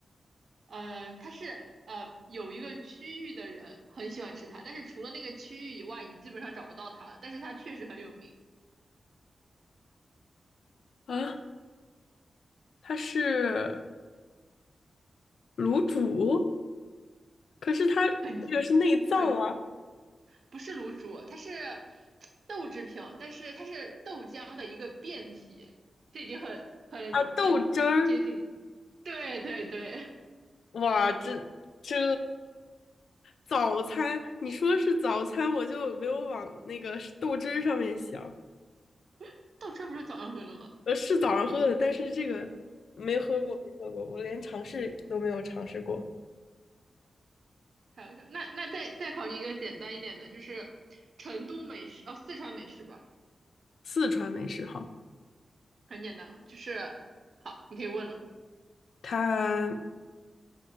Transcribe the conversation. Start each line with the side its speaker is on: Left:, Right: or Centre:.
Right: 呃，它是呃有一个区域的人很喜欢吃它，但是除了那个区域以外，你基本上找不到它了。但是它确实很有名，
Left: 啊，它是卤煮，可是它这个是内脏啊
Right: 很很不是卤煮，它是豆制品，但是它是豆浆的一个变体，这已经很很很接近了。
Left: 啊，豆汁儿，
Right: 对对对，
Left: 哇，这这早餐，你说是早餐，我就没有往那个豆汁儿上面想。
Right: <laughs> 豆汁不是早上回了吗？
Left: 呃，是早上喝的，但是这个我没喝过，我连尝试都没有尝试过。
Right: 太有笑！那那再再考你一个简单一点的，就是成都美食，哦，四川美食吧，
Left: 四川美食哈，
Right: 很简单了。就是好，你可以问了，
Left: 它